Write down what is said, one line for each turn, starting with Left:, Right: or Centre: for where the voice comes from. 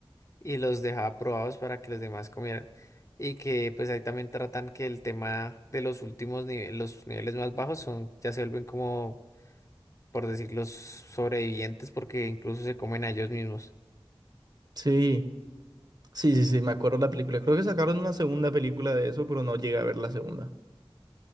Left: y los dejaba probados para que los demás comieran. Y que pues ahí también tratan que el tema de los últimos niveles, los niveles más bajos son, ya se vuelven como, por decir, los sobrevivientes porque incluso se comen a ellos mismos.
Right: Sí, sí, sí, sí, me acuerdo de la película. Creo que sacaron una segunda película de eso, pero no llegué a ver la segunda.